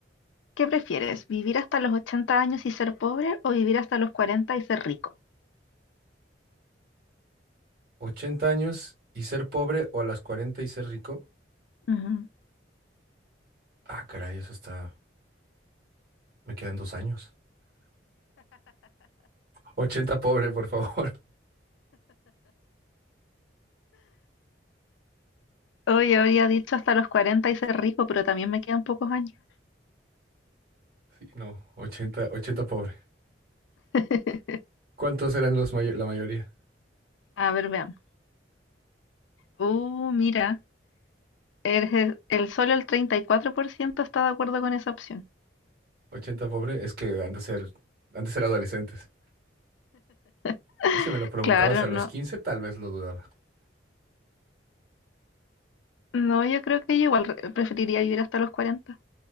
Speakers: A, on the left; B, on the right.
A: ¿Qué prefieres? ¿Vivir hasta los 80 años y ser pobre o vivir hasta los 40 y ser rico?
B: 80 años y ser pobre o a las 40 y ser rico.
A: Ujú.
B: Ah, caray, eso está... Me quedan dos años. 80 pobre, por favor. <laughs>
A: Hoy habría dicho hasta los 40 y ser rico, pero también me quedan pocos años.
B: Sí, no, 80, 80 pobre.
A: <laughs>
B: ¿Cuántos eran los mayo- la mayoría?
A: A ver, veamos. Uh, mira, eres el, el- solo el 34% está de acuerdo con esa opción.
B: 80 pobre es que han de ser, han de ser adolescentes.
A: <laughs>
B: Ah, Si me lo preguntabas
A: Claro,
B: a los
A: no.
B: 15, tal vez lo dudaba,
A: No, yo creo que yo igual re- preferiría vivir hasta los 40.